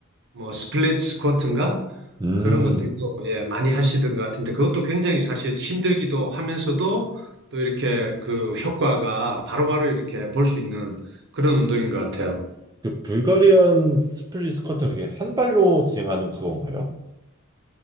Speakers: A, on the right; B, on the right.
A: 뭐 스플릿 스쿼트인가?
B: 음.
A: 그런 것들도 예, 많이 하시던 것 같은데 그것도 굉장히 사실 힘들기도 하면서도 또 이렇게 그 효과가 바로바로 이렇게 볼 수 있는 그런 운동인 것 같아요.
B: 그 불가리안 스플릿 스쿼트 그게 한 발로 진행하는 그건가요?